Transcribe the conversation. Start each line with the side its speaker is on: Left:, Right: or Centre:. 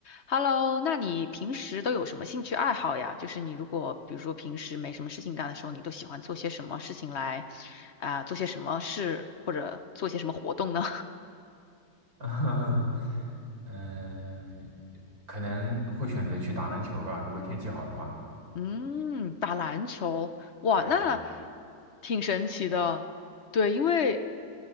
Left: Hello，那你平时都有什么兴趣爱好呀？就是你如果比如说平时没什么事情干的时候，你都喜欢做些什么事情来，啊、做些什么事或者做些什么活动呢？
Right: <laughs> 嗯，嗯，可能会选择去打篮球吧，如果天气好的话。
Left: 嗯，打篮球，哇，
Right: 对，
Left: 那
Right: 打篮
Left: 挺神奇的。对，因为